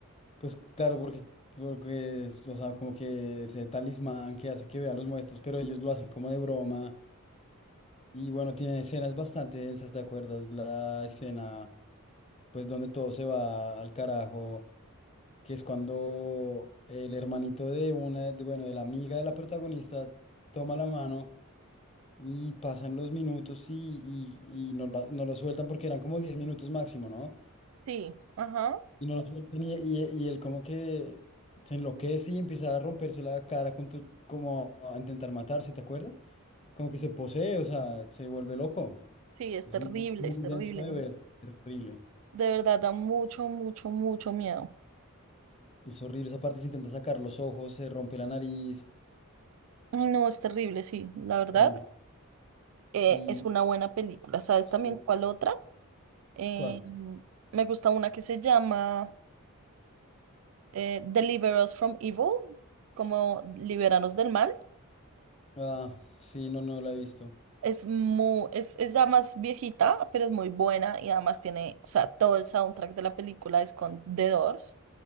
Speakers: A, on the left (about 30°); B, on the right (about 65°).
A: Pues claro, porque, porque, es, o sea, como que ese talismán que hace que vea los muertos, pero ellos lo hacen como de broma Y bueno, tiene escenas bastante densas, ¿te acuerdas? La escena, pues donde todo se va al carajo, que es cuando el hermanito de una, de- bueno, de la amiga de la protagonista toma la mano y pasan los minutos y, y, y no, la- no lo sueltan porque eran como 10 minutos máximo, ¿no?
B: Sí, ajá.
A: Y no lo sueltan y, y- y él como que se enloquece y empieza a romperse la cara con tu- como a intentar matarse, ¿te acuerdas? Como que se posee, o sea, se vuelve loco.
B: Sí, es
A: Es
B: terrible,
A: mu- muy
B: es terrible.
A: denso de ver, terrible.
B: De verdad, da mucho, mucho, mucho miedo.
A: Es horrible. Esa parte se intenta sacar los ojos, se rompe la nariz.
B: Ay, No, es terrible, sí, la verdad.
A: Terrible.
B: eh,
A: Y
B: es una buena película. ¿Sabes
A: sí,
B: también cuál otra? Eh,
A: ¿cuál?
B: me gusta una que se llama eh, Deliver Us from Evil, como Liberanos del Mal.
A: Ah, sí, no, no la he visto.
B: Es muy, es, es ya más viejita, pero es muy buena y además tiene, o sea, todo el soundtrack de la película es con The Doors.